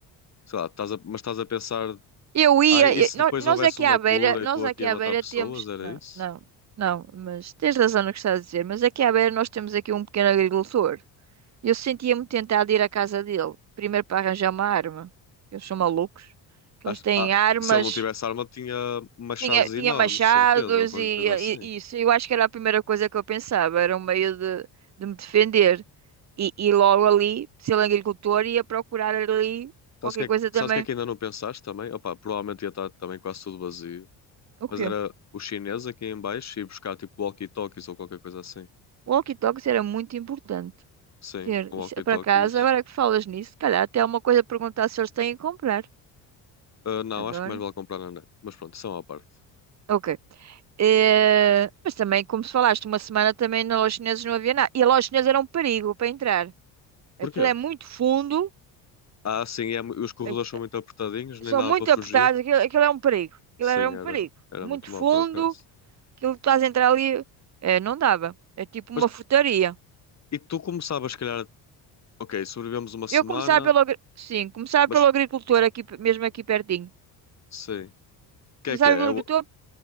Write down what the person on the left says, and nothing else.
sei lá, estás a- mas estás a pensar,
ai, e
se
depois
houvesse
uma
cura
e
estou aqui
a
matar
pessoas?
Era
isso?
Acho-
ah,
se ele não tivesse arma, tinha machados
enormes,
certeza, ou qualquer
coisa
assim.
Sabes
o que é
que, sabes
o que é que ainda não pensaste também? Opa, provavelmente ia estar também quase tudo vazio.
Mas
era o chinês aqui em baixo e buscar tipo walkie-talkies ou qualquer coisa assim.
Sim,
um walkie-talkies.
Ah, não,
acho que mais vale comprar na net. Mas pronto, são à parte.
Porquê?
Ah, sim, é mu- os corredores
são muito apertadinhos, nem
dava
para fugir.
Sim,
era,
era
muito mau
por acaso.
Mas
e tu começavas, se calhar, ok, sobrevivemos uma semana,
mas
sim. O que
é que é?
É o-